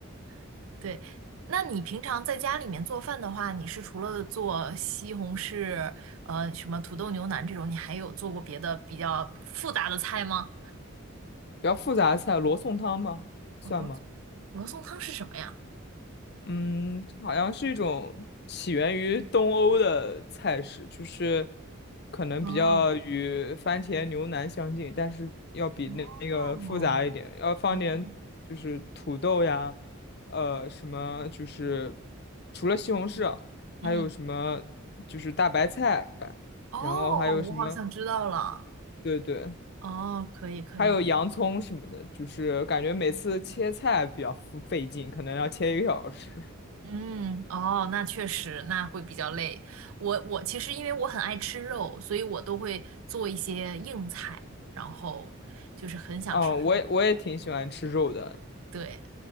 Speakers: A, on the right; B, on the left.
A: <laughs> 对。那你平常在家里面做饭的话，你是除了做西红柿，呃，什么土豆牛腩这种，你还有做过别的比较复杂的菜吗？
B: 比较复杂的菜，罗宋汤吗？算吗？
A: 我说罗宋汤是什么呀？
B: 嗯，好像是一种起源于东欧的菜式，就是可能比较与番茄牛腩相近，
A: 哦
B: 但是要比那那个复杂一点，
A: 哦，
B: 要放点就是土豆呀，
A: 哦
B: 呃，什么就是除了西红柿啊，
A: 嗯，
B: 还有什么就是大白菜，
A: 哦，
B: 然后还有什么，
A: 我好像知道了。
B: 对对，
A: 哦，可以可以。
B: 还有洋葱什么的，就是感觉每次切菜比较费劲，可能要切一个小时。
A: 嗯，哦，那确实，那会比较累。我我其实因为我很爱吃肉，所以我都会做一些硬菜，然后就是很想吃什么
B: 哦，我也我也挺喜欢吃肉的。
A: 对，